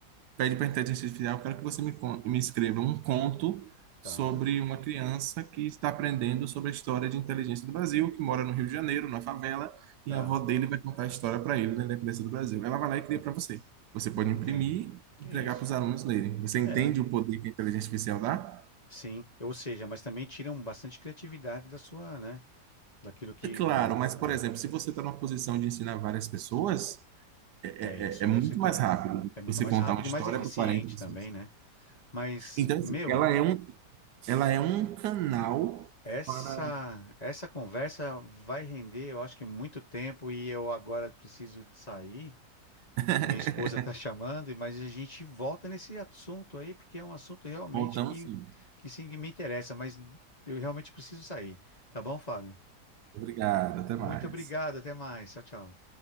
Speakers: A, on the right; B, on the left.
A: pede para a inteligência artificial, eu quero que você me, con- me escreva um conto
B: tá,
A: sobre uma criança que está aprendendo sobre a história de inteligência do Brasil, que mora no Rio de Janeiro, na favela, e
B: tá.
A: a avó dele vai contar a história para ele né, da independência do Brasil. Ela vai lá e cria
B: tá.
A: para você. Você pode
B: Entendo.
A: imprimir e
B: É
A: entregar
B: Isso.
A: para os alunos lerem. Você entende
B: É,
A: o poder que a inteligência artificial dá?
B: sim. Ou seja, mas também tiram bastante criatividade da sua, né? Daquilo que,
A: É claro,
B: né?
A: mas,
B: É,
A: por exemplo, se você está numa posição de ensinar várias pessoas, é,
B: é isso
A: é é- é
B: já
A: muito
B: se torna
A: mais rápido do que
B: é muito
A: você
B: mais
A: contar
B: rápido
A: uma história
B: e mais eficiente
A: para 40 pessoas.
B: também, né? Mas,
A: Então, assim,
B: meu,
A: ela é um Ela é um canal
B: essa
A: para.
B: essa conversa vai render, eu acho que muito tempo e eu agora preciso sair,
A: <laughs>
B: que minha esposa tá chamando, mas a gente volta nesse assunto aí, porque é um assunto realmente
A: Voltamos
B: que
A: sim.
B: que sim que me interessa, mas eu realmente preciso sair, tá bom, Fábio?
A: Obrigado, até
B: Muito
A: mais.
B: obrigado, até mais. Tchau, tchau.